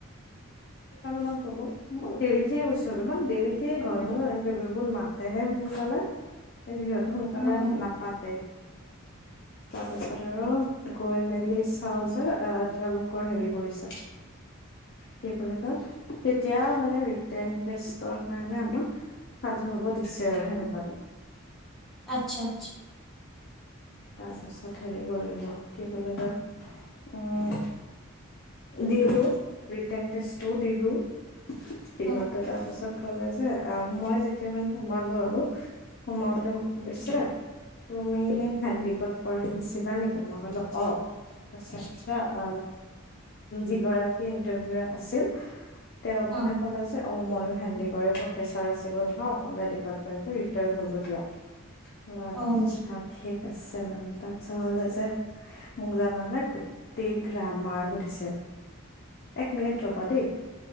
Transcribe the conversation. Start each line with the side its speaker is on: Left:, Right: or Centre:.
Centre: <inaudible>
Left: মানত গ'লো, মই দেৰিকে গৈছো অলপমান দেৰিকে হয় না ইণ্টাৰভিউ বোৰ, মাতেহে সোনকালে কিন্তু সিহঁতে সোনকালে
Centre: উম,
Left: নাপাতে।
Centre: <inaudible>
Left: তাৰ পাছত আৰু গৈ মেলি চাওঁ যে আহ তেওঁলোকৰ হেৰি কৰিছে- কি বুলি কয়? তেতিয়া মানে ৰিটেন টেষ্টৰ কাৰণে আমাক- সাজু হব দিছে আৰু সেনেকুৱা।
Centre: আচ্ছা, আচ্ছা।
Left: তাৰ পাছত হেৰি কৰিলো কি বুলি কয় উম! দিলো, ৰিৰ্টেণ টেষ্টটো দিলোঁ। সিহঁতে
Centre: উম।
Left: তাৰ পাছত ক'লে যে- আ মই যেতিয়া মানে সোমালো আৰু সোমাওঁতে মোক কৈছে তুমি- হেণ্ডিকত পঢ়া নাছিলা নেকি? মই কলো অঁ। আচ্ছা, আচ্ছা আ যিগৰাকী ইন্টাৰভিউ আছিল- তেওঁ
Centre: উম,
Left: মানে কলে যে- অঁ, মইয়ো হেণ্ডিকৰে প্ৰফেচাৰ আছিলো নহয় অসমীয়া ডিপাৰ্টমেন্টৰ ৰিটায়াৰ হ'লো দিয়া।
Centre: <inaudible>
Left: অঁ, আচ্ছা,
Centre: উম,
Left: ঠিক আছে মেম। তাৰপিছত ক'লে যে - মোক জানানে গোটেই গ্ৰামাৰ সুধিছে, এক মিনিট ৰবা দেই।